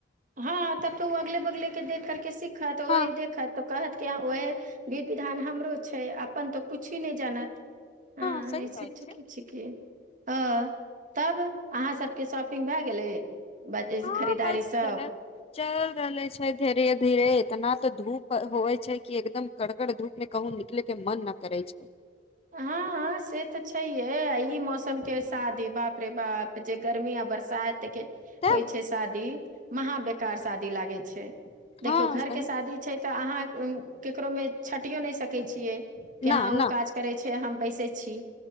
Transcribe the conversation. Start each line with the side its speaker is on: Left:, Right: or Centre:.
Right: हँ तब तो ओ अगले बगले के देख करके सीखत ओही
Left: हँ
Right: देखत तो कहत क्य ओहे विध विधान हमरो छै अपन तऽ कुछी नहि जानत हँ
Left: सही
Right: नस
Left: बात
Right: छिक
Left: छै
Right: छिक ह तब अहाँ सबके शॉपिंग भए गेलै बजारे से
Left: हँ
Right: खरीदारी
Left: बस
Right: सब
Left: चले चल रहले छै धीरे धीरे इतना तऽ धूप होइ छै कि एकदम कड़गड़ धूप मे कहुूँ निकले के मन न करै छै
Right: हँ हँ से तऽ छैहे आ ई मौसमके शादी बाप रे बाप जे गर्मी आ बरसाातके
Left: तऽ
Right: होइ छै शादी महा बेकार शादी लागे छै देखियौ
Left: हँ
Right: घरके
Left: सही
Right: शादी छै तऽ अहाँ केकरोमे छटियो नहि सकै छियै
Left: न
Right: के अहाँ
Left: न
Right: उ काज करै छै हम बैसै छी